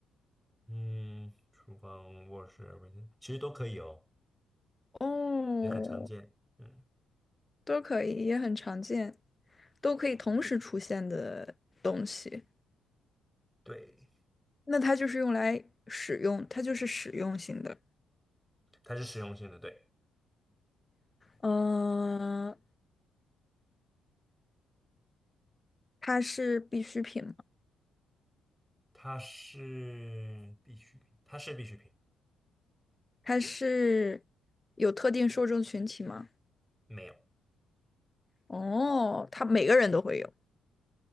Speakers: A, in the centre; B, on the left.
A: 嗯，厨房、卧室、卫生，间其实都可以哦，
B: 哦，
A: 也很常见。嗯，
B: 都可以，也很常见，都可以同时出现的东西。
A: 对，
B: 那它就是用来使用，它就是使用型的。
A: 它是实用性的，对，
B: 嗯、它是必需品吗？
A: 它是必需品，它是必需品，
B: 它是有特定受众群体吗？
A: 没有，
B: 哦，他每个人都会有。